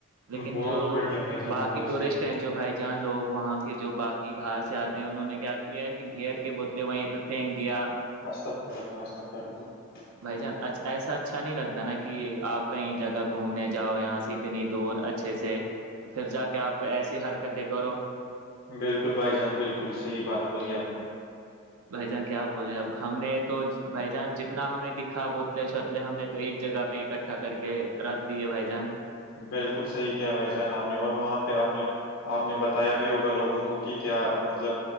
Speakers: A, on the right; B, on the left.
A: لیکن
B: بہت
A: جو
B: بڑھیا بھائی جان
A: باقی
B: بہت
A: ٹورسٹ
B: صحیح کیا
A: ہیں جو بھائی جان لوگ وہاں کے جو باقی باہر سے آتے انہوں نے کیا کیا کہ بیئر کے بوتلیں وہیں پہ پھینک دیا
B: استغفر اللہ استغفر اللہ
A: بھائی جان ایسا اچھا نہیں لگتا ہے نا کہ آپ کہیں جگہ گھومنے جاؤ یہاں سے اتنی دور اچھے سے پھر جا کے آپ ایسی حرکتیں کرو
B: بلکل بھائی جان بلکل صحیح بات بولی آپ نے
A: بھائی جان کیا بولے اب ہم نے تو بھائی جان جتنا ہمیں دکھا بوتلے چوتلے ہم نے تو ایک جگہ پہ اکٹھا کر کے رکھ دیے بھائی جان
B: بلکل صحیح کیا بھائی جان آپ نے اور وہاں پہ آپ نے آپ نے بتایا بھی ہوگا لوگوں کو کہ کیا مطلب